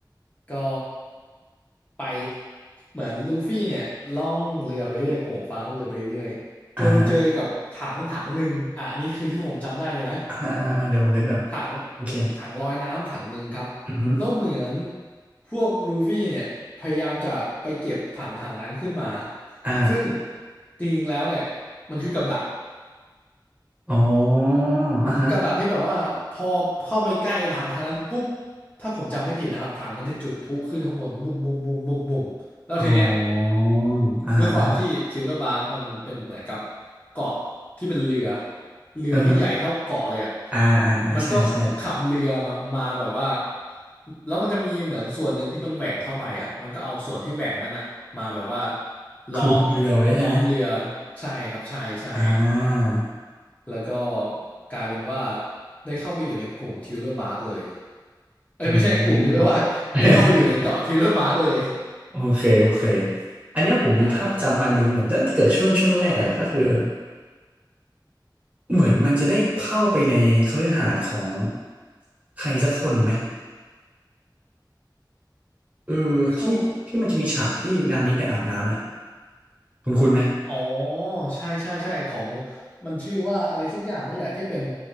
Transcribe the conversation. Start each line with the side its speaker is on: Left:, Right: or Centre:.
Left: ก็ไปเหมือนลูฟี่เนี่ยล่องเรือไปเรื่อยๆกลุ่มหมวกฟางล่องเรือไปเรื่อยๆจนเจอกับถังถังหนึ่งอ่ะอันนี้คือที่ผมจำได้เลยนะ
Right: อ่าฮะอ่าอ่าอ่าเดี๋ยวผมเล่นกก่อน
Left: ถัง
Right: โอเค
Left: ถังลอยน้ำถังหนึ่งครับแล้วเหมือน
Right: อือฮึ
Left: พวกลูฟี่เนี่ยพยายามจะไปเก็บถังถังนั้นขึ้นมา
Right: อ่า
Left: ซึ่งจริงๆแล้วเนี่ยมันคือกับดัก
Right: อ๋ออ่าฮะ
Left: กับดักที่แบบว่าพอเข้าไปใกล้ถังทางนั้นปุ๊บถ้าผมจำไม่ผิดนะครับถังมันจะจุดพลุขึ้นข้างบนบุ่มบุ่มบุ่มบุ่มบุ่มแล้วทีเนี้ย
Right: อ๋ออ่าฮะอ่าฮะ
Left: ด้วยความที่ทิวเลอร์บาร์กมันเป็นเหมือนกับเกาะที่เป็นเรือเรือที่ใหญ่เท่าเกาะเลยอ่ะ
Right: อือฮึอ่าอ่าอ่าใช่ใช่
Left: มันก็ขับเรือมามาแบบว่าแล้วมันจะมีเหมือนส่วนหนึ่งที่มันแหว่งเข้าไปอ่ะมันก็เอาส่วนที่แหว่งนั่นอ่ะมาแบบว่าล้อม
Right: คลุมเรือไว้ใช่ไหม
Left: ล้อมเรือใช่ครับใช่ใช่
Right: อ่า
Left: แล้วก็กลายเป็นว่าได้เข้าไปอยู่ในกลุ่มทิวเลอร์บาร์กเลยเอ้ยไม่ใช่กลุ่มทิวเลอร์บาร์กได้เข้าไปอยู่ในเกาะทิวเลอร์บาร์กเลย
Right: อืม <laughs> โอเคโอเค อันเนี้ยผมมีภาพจำอันนึงเหมือนน่าจะเกิดช่วงช่วงแรกๆอะแหละก็คือ
Left: อ่า
Right: เหมือนมันจะได้เข้าไปในคฤหาสน์ของใครสักคนไหมเออที่ที่มันจะมีฉากที่นามิไปอาบน้ำน่ะ
Left: เข้า
Right: คุณคุณไหม
Left: อ๋อใช่ใช่ใช่ของมันชื่อว่าอะไรสักอย่างนี่แหละที่เป็น